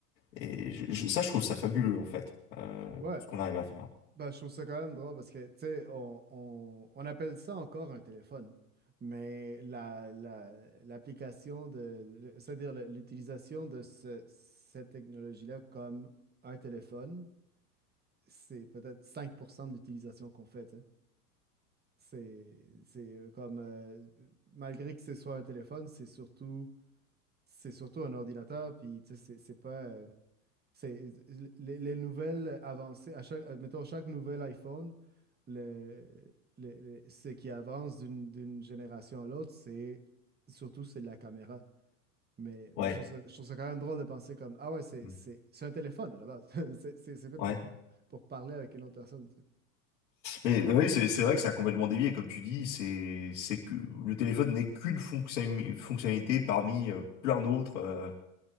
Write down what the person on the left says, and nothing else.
et je- je- ça, je trouve ça fabuleux en fait, euh, tout
ce qu'on arrive à faire.
Ouais.
Mm.
Ouais.
Mais euh, oui, c'est c'est vrai que ça a complètement dévié, comme tu dis, c'est c'est que le téléphone n'est qu'une fonction- fonctionnalité parmi euh, plein d'autres euh,